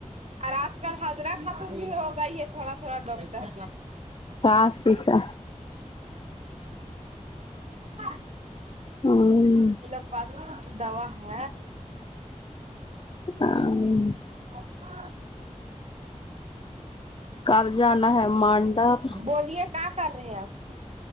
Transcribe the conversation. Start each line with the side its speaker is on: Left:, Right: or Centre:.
Right: اور آج کل حضرہ ختم بھی ہو گئی ہے تھوڑا تھوڑا ڈرتا
Left: کاچ کا
Right: <inaudible>
Left: ہوں
Right: لوگ پاس ن دوا ہے
Left: <inaudible>
Right: <inaudible>
Left: کب جانا ہے مانڈر
Right: بولیے کیا کر رہے آپ